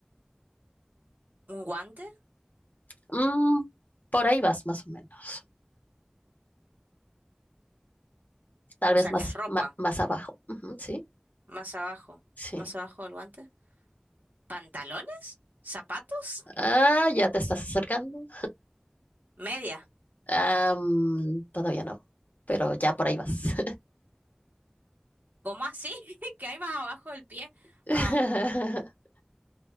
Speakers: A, on the right; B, on the left.
A: un guante,
B: Mm, por ahí vas más o menos. Tal
A: o
B: vez
A: sea,
B: más,
A: que es ropa,
B: ma- más, abajo. Ujú, sí,
A: más abajo,
B: sí.
A: más abajo del guante. ¿Pantalones? ¿Zapatos?
B: Ah, ya te estás acercando.
A: ¿Media?
B: Ah, mm, todavía no, pero ya por ahí vas.
A: ¿Cómo así? <laughs> ¿Qué hay más abajo del pie?
B: <laughs>
A: Am,